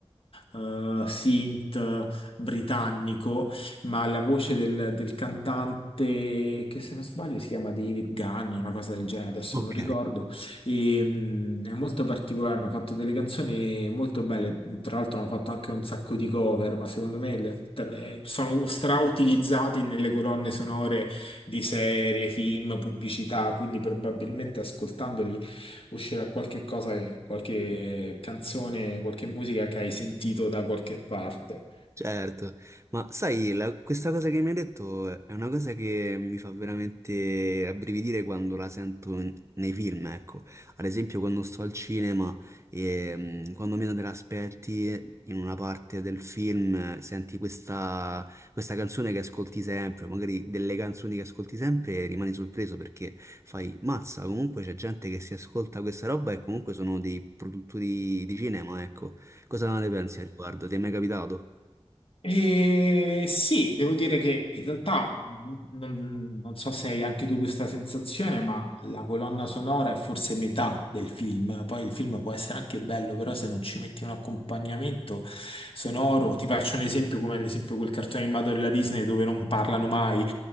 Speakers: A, on the left; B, on the right.
A: eh, synth britannico, ma la voce del, del cantante, che se non sbaglio si chiama David Gunn, una cosa del genere, adesso
B: Ok.
A: non ricordo, e, mm, è molto particolare, hanno fatto delle canzoni molto belle, tra l'altro hanno fatto anche un sacco di cover, ma secondo me le- tra- eh, sono strautilizzati nelle colonne sonore di serie, film, pubblicità, quindi probabilmente ascoltandoli uscirà qualche cosa, che- qualche eh, canzone, qualche musica che hai sentito da qualche parte.
B: Certo, ma sai, la- questa cosa che mi hai detto è una cosa che mi fa veramente rabbrividire quando la sento in- nei film, ecco. Ad esempio quando sto al cinema e mm, quando meno te l'aspetti in una parte del film eh, senti questa, questa canzone che ascolti sempre, magari delle canzoni che ascolti sempre e rimani sorpreso perché fai, mazza, comunque c'è gente che si ascolta questa roba e comunque sono dei produttori di cinema, ecco. Cosa ne pensi al riguardo? Ti è mai capitato?
A: E sì, devo dire che in realtà mh, non, non so se hai anche tu questa sensazione, ma la colonna sonora è forse metà del film. Poi il film può essere anche bello, però se non ci metti un accompagnamento sonoro, ti faccio un esempio come ad esempio quel cartone animato della Disney dove non parlano mai,